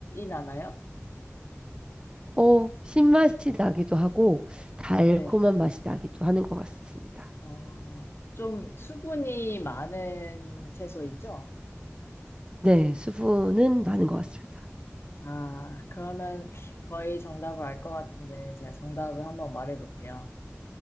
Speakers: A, on the left; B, on the right.
A: 나나요?
B: 어, 신맛이 나기도 하고 달콤한
A: 네.
B: 맛이 나기도 하는 것 같습니다.
A: 어, 좀 수분이 많은 채소이죠?
B: 네, 수분은 많은 것 같습니다.
A: 아, 그러면 거의 정답을 알 것 같은데 제가 정답을 한번 말해볼게요.